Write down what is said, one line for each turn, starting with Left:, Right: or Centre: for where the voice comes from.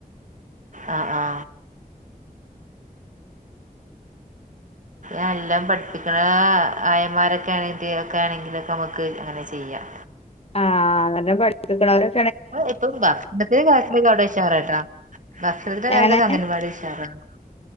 Right: ആ, ആ എല്ലാം പഠിപ്പിക്കണ ആയ മാരൊക്കെ ആണെങ്കി, ഒക്കെ ആണെങ്കിലൊക്കെ നമുക്ക് അങ്ങനെ ചെയ്യാം.
Left: ആ അങ്ങെനെ പഠിപ്പിക്കണവരെ
Right: ഇപ്പം, <unintelligible> കാര്യങ്ങളൊക്കെ അവിടെ ഉഷാറാ ട്ടാ ഭക്ഷണത്തിന്റെ കര്യത്തൊക്കെ
Left: എങ്ങനെ
Right: അംഗനവാടി ഉഷാറാണ്